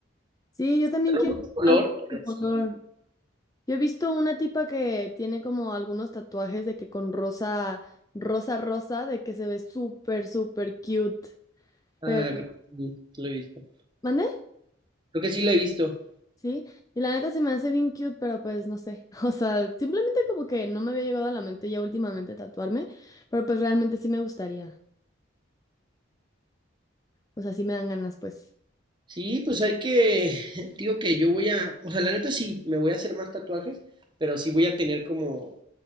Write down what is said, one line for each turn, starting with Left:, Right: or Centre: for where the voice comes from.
Left: Sí, yo también
Right: pero
Left: quiero
Right: mucho color,
Left: algo
Right: pero
Left: de ese
Right: sí.
Left: color. Yo he visto una tipa que tiene como algunos tatuajes de que con rosa, rosa, rosa, de que se ve súper, súper cute.
Right: Ah,
Left: Pero,
Right: creo que sí, sí lo he visto.
Left: ¿mande?
Right: Creo que sí lo he visto.
Left: Sí, y la neta se me hace bien cute, pero pues no sé, <laughs> o sea, simplemente como que no me había llegado a la mente ya últimamente tatuarme, pero pues realmente sí me gustaría, o sea, sí me dan ganas pues.
Right: Sí, pues hay que, <laughs> digo que yo voy a, o sea, la neta sí, me voy a hacer más tatuajes, pero sí voy a tener como,